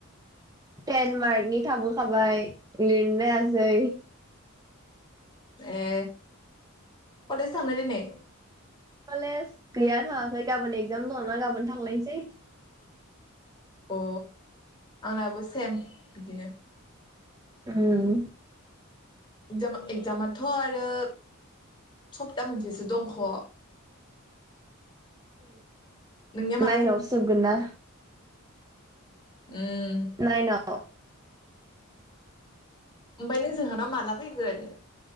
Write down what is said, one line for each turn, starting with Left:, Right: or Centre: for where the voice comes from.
Right: टेन मार्कनि थाबोखाबाय लिरनो हायासै।
Left: ए कलेज थांनाय दिनै?
Right: कलेज गैया थाङाखै गाबोन एक्जाम दङ ना गाबोन थांलायसै।
Left: अ। आंनाबो सेम बिदिनो।
Right: उम।
Left: एगजाम एगजामाथ' आरो सप्ता मोनसेसो दंख'। नोंनिया माला
Right: नायेनावसो जोबगोन ना।
Left: उम
Right: नायेनाव।
Left: ओमफाय नों जोंहानाव माला फैगोन?